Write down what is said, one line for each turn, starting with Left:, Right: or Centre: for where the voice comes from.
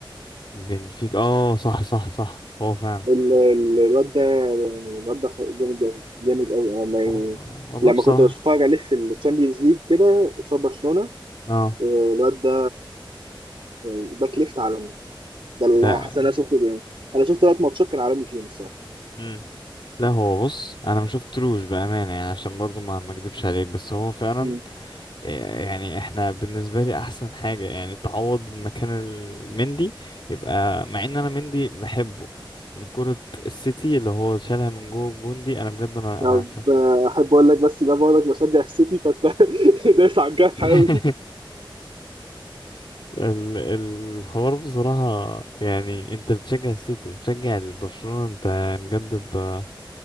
Left: بنفيك اه صح صح صح هو فعلا
Right: ال- ال- الواد ده يعني الواد ده خ- جامد قوي جامد قوي انا ما- يعني
Left: والله والله
Right: لما
Left: بصراحة
Right: كنت بتفرج عليه في الشامبيونز ليج كده قصاد برشلونة
Left: اه
Right: آه، الواد ده يعني باك ليفت عالمي ده اللي
Left: لا
Right: حاسس انا شفته يعني انا شفت ثلاث ماتشات كان عالمي فيهم الصراحة
Left: امم لا هو بص انا ما شفتلوش بأمانة يعني عشان برضو ما ما اكدبش عليك بس هو فعلا
Right: مم.
Left: يعني احنا بالنسبة لي احسن حاجة يعني تعوض مكان المندي يبقى مع ان انا مندي بحبه من كرة السيتي اللي هو شالها من جوه الجون دي انا بجد انا
Right: طب
Left: انا عارفة
Right: آه، احب اقول لك بس ده بقول لك بشجع السيتي فانت <laughs> دايس على الجرح
Left: <laughs>
Right: قوي
Left: ال- الحوار بصراحة يعني انت بتشجع السيتي وبتشجع برشلونة انت بجد انت